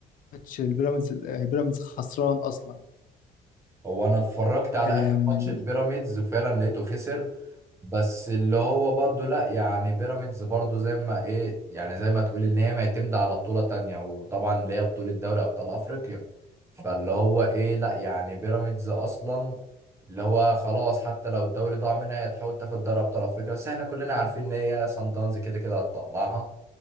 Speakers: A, on the left; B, on the right.
A: ماتش البيراميدز آه، بيراميدز خسران أصلا
B: هو انا اتفرجت على
A: آم،
B: اخر ماتش البيراميدز وفعلا لقيته خسر بس اللي هو برضو لا يعني بيراميدز برضو زي ما ايه يعني زي ما تقول ان هي معتمدة على بطولة تانية وطبعا اللي هي بطولة دوري ابطال افريقيا فاللي هو ايه لا يعني بيراميدز اصلا اللي هو خلاص حتى لو الدوري ضاع منها هي تحاول تاخد دوري ابطال افريقيا بس احنا كلنا عارفين ان هي سان داونز كده كده هتطلعها